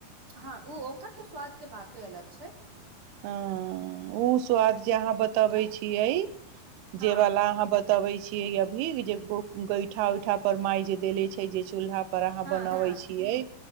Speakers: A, on the right; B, on the right.
A: हँ ओ ओकर तऽ स्वाद के बाते अलग छै
B: ह ओ स्वाद जे अहाँ बतबै
A: हँ
B: छियै
A: हँ
B: जे वाल अहाँ ब बतबै छियै अभी जे को गैठा उैठा पर माइ जे देले छै जे चूल्हा पर अहाँ
A: हँ
B: बनावे छियै